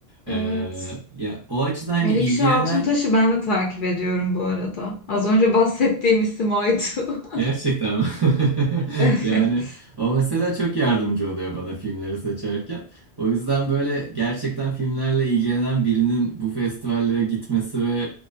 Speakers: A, on the left; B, on the right.
A: Evet.
B: Ee, ya o açıdan hani
A: Melikşah
B: ilgilenen
A: Altuntaş'ı ben de takip ediyorum bu arada. Az önce bahsettiğim isim oydu. <laughs>
B: Gerçekten mi? <laughs>
A: Evet.
B: Yani o mesela çok yardımcı oluyor bana filmleri seçerken. O yüzden böyle gerçekten filmlerle ilgilenen birinin bu festivallere gitmesi ve